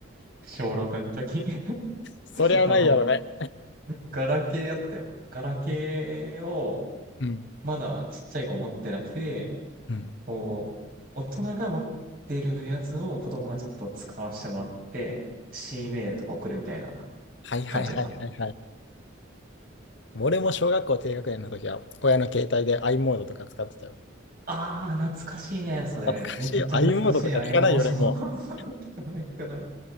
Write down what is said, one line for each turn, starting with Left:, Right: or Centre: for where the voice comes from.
Right: 小6の時。
Left: そりゃないやろね。
Right: <laughs> あの、ガラケーやったよ。ガラケーを、
Left: うん。
Right: まだちっちゃい子持ってなくて、
Left: うん。
Right: こう、大人が持ってるやつを子供がちょっと使わせてもらって、C メールとか送るみたいな
Left: はいはいはいはいはい。
Right: 感じだった。
Left: 俺も小学校低学年の時は親の携帯で i モードとか使ってたよ。
Right: ああ、懐かしいね、それ。
Left: 懐かしいよ。
Right: めっちゃ懐かしい
Left: i モードとか聞かないよね、
Right: i モード。
Left: もう。
Right: <laughs> 聞かない、聞かない。